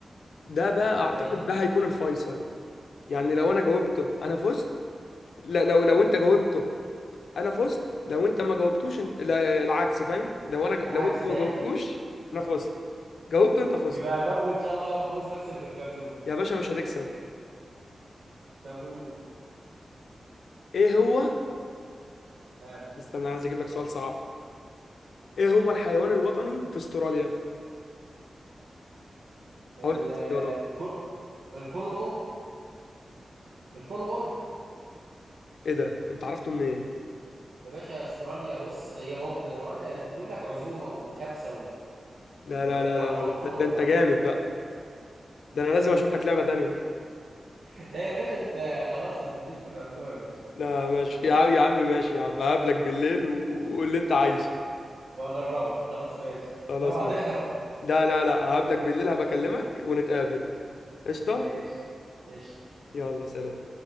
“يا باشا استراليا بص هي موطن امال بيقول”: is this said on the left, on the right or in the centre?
Right